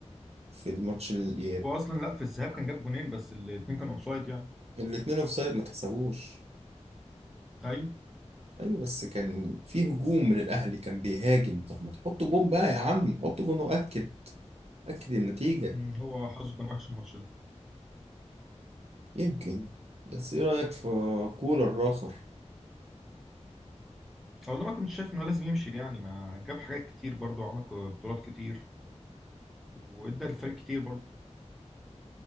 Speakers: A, on the right; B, in the centre.
A: في الماتش الاياب
B: هو اصلا لا في الذهاب كان جاب جونين بس الاثنين كانوا اوفسايد يعني
A: الاتنين اوفسايد ما تحسبوش
B: ايوه
A: ايوه بس كان في هجوم من الاهلي كان بيهاجم طب ما تحط جون بقى يا عم حط جون واكد اكد النتيجة
B: مم. هو حظه كان وحش الماتش ده
A: يمكن بس ايه رأيك في كولر آخر
B: والله ما كنت شايف ان هو لازم يمشي يعني ما جاب حاجات كتير برضه وعمل ك- بطولات كتير وادى الفريق كتير برضه